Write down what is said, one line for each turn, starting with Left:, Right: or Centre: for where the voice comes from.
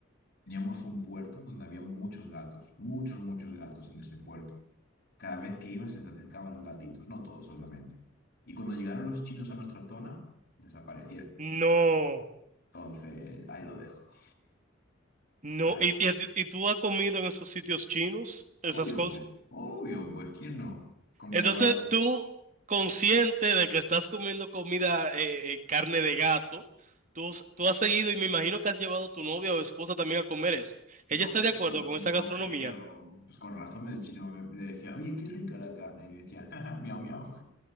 Left: teníamos un puerto donde había muchos gatos, muchos, muchos gatos en ese puerto. Cada vez que ibas se te acercaban los gatitos, no todos, obviamente. Y cuando llegaron los chinos a nuestra zona, desaparecieron.
Right: No,
Left: Entonces, ahí lo dejo.
Right: no,
Left: Ahí...
Right: y, y a ti- y tú has comido en esos sitios chinos, esas
Left: Obvio,
Right: cosas.
Left: pues, obvio, pues, ¿quién no? Comida
Right: Entonces
Left: barata.
Right: tú, consciente de que estás comiendo comida, eh, eh, carne de gato, tú, s- tú has seguido y me imagino que has llevado a tu novia o esposa también a comer eso.
Left: Yo
Right: ¿Ella está
Left: creo,
Right: de acuerdo con esa
Left: yo
Right: gastronomía?
Left: creo. Pues con razón el chino me, le decía, oye, qué rica la carne. Y yo decía, "Ja, ja, miau, miau.